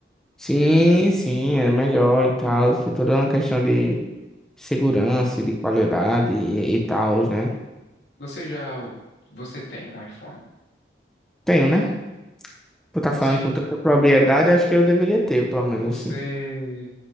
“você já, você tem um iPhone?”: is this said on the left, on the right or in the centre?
Left